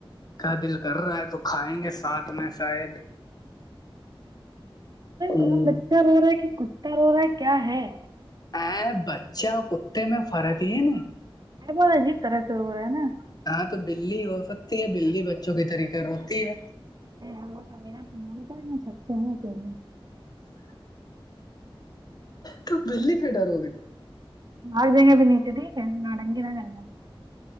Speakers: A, on the left; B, on the right.
A: کا دل کر رہا ہے تو کھائیں گے ساتھ میں شاید ہ
B: کون بچہ رو رہا ہے کہ کتا رو رہا ہے کیا ہے
A: ا بچہ کتے میں فرق ہی نا
B: آ ب ا جیب طرح سے ہو رہا ہے نا
A: ہاں تو بلی ہو سکتی ہے بلی بچوں کی طریقے روتی ہے
B: تا نہیں سکتے ہیں کیاہل
A: تو بلی پٹ ر ہوگ ت
B: آگ جیںے بھی نیتی ٹھیک ہے نا گ نا گا